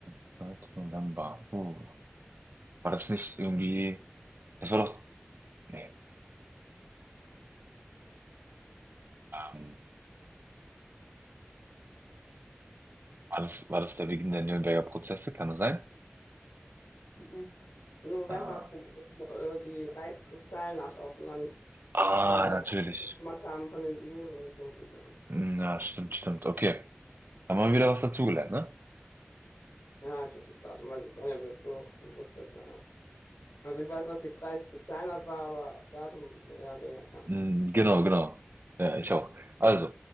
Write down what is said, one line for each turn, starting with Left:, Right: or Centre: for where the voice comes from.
Right: 3. November. Uh, war das nicht irgendwie. Das war doch. Nee. Ähm, war das, war das der Beginn der Nürnberger Prozesse? Kann das sein?
Left: Mhm. Novemberpogrom,
Right: Äh,
Left: äh, die Reichskristallnacht auch genannt,
Right: ah,
Left: wo die da
Right: natürlich.
Left: das kaputt gemacht haben von den Juden und so. Ja,
Right: Hm, Ja, stimmt, stimmt. Okay. Haben wir wieder was dazugelernt, ne?
Left: ja ich hätte das Datum, weiß ich jetzt auch nicht, ob ich das so gewusst hätte. Ja. Also ich weiß, was die Reichskristallnacht war, aber Datum eher weniger.
Right: Mm, Genau, genau. Ja, ich auch. Also,